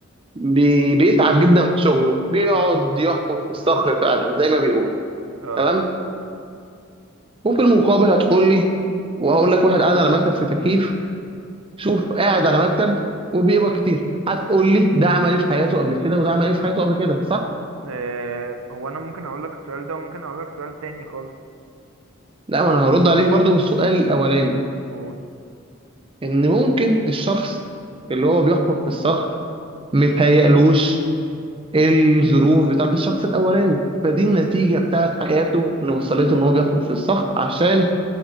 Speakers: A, on the right (about 25°); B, on the right (about 85°).
A: بي... بيتعب جدا في شغله بيقعد يحفر في الصخر فعلا زي ما بيقولوا
B: اه
A: تمام وفي المقابل هتقول لي وهقول لك واحد قاعد على مكتب في تكييف شوف قاعد على مكتب وبيقبض كتير هتقول لي ده عمل ايه في حياته قبل كده وده عمل ايه في حياته قبل كده صح
B: آه، هو انا ممكن اقول لك السؤال ده وممكن اقول لك سؤال تاني خالص
A: لا ما انا هرد عليك برضو بالسؤال الاولاني
B: قول
A: ان ممكن الشخص اللي هو بيحفر في الصخر متهيألوش الظروف بتاعت الشخص الاولاني فدي النتيجة بتاعت حياته ان وصلته ان هو بيحفر في الصخر عشان